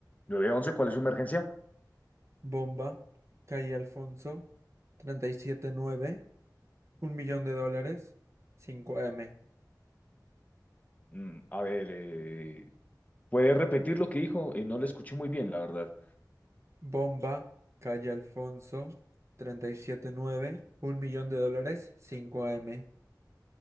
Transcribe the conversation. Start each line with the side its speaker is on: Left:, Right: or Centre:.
Left: Nueve once. ¿cuál es su emergencia?
Right: Bomba, Calle Alfonso, treinta y siete nueve, un millón de dólares, cinco m
Left: Mm, a ver, eh, ¿puede repetir lo que dijo? Eh, no le escuché muy bien, la verdad.
Right: Bomba, Calle Alfonso, treinta y siete nueve, un millón de dólares, cinco m